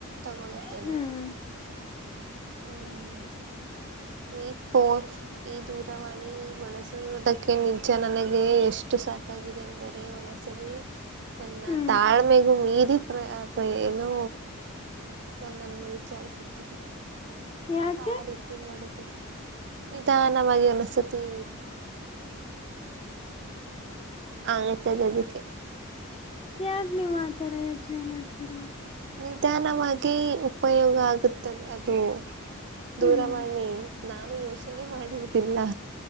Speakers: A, on the right; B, on the left.
A: ತಗೋಳುತ್ತೇನೆ.
B: ಹ್ಮ್
A: ಹ್ಮ್ ಈ ಫೋನ್ ಈ ದೂರವಾಣಿ ಬಳಸುವುದಕ್ಕೆ ನಿಜ ನನಗೆ ಎಷ್ಟು ಸಾಕಾಗಿದೆ ಅಂದರೆ ಒನ್ಒನ್ ಸಲಿ. ನನ್ನ
B: ಹ್ಮ್
A: ತಾಳ್ಮೆಗು ಮೀರಿ. ಇ ಪ್ರಪ್ರ ಏನು ನನ್ನನ್ನು ವಿಚಾರಿಸುತ್ತದೆ.
B: ಯಾಕೆ
A: ಆ ರೀತಿ ಮಾಡುತ್ ನಿಧಾನವಾಗಿ ಅನಸ್ತತಿ. ಹಂಗೆ ಸರಿ ಅದಕ್ಕೆ.
B: ಯಾಕ್ ನೀವ್ ಆತರ ಯೋಚನೆ ಮಾಡ್ತೀರಾ?
A: ನಿಧಾನವಾಗಿ ಉಪಯೋಗ ಆಗುತ್ತದೆ ಅದು ದೂರವಾಣಿ
B: ಹ್ಮ್
A: ನಾನು ಯೋಚನೆ ಮಾಡುವುದಿಲ್ಲ.